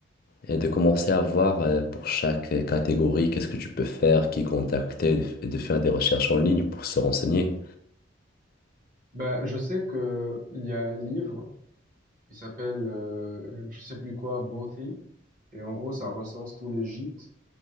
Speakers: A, on the left; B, on the right.
A: et de commencer à voir euh, pour chaque catégorie qu'est-ce que tu peux faire, qui contacter, et de faire des recherches en ligne pour se renseigner.
B: Ben, je sais que il y a un livre Il s'appelle, euh, je sais plus quoi, Bothy. Et en gros, ça recense tous les gîtes.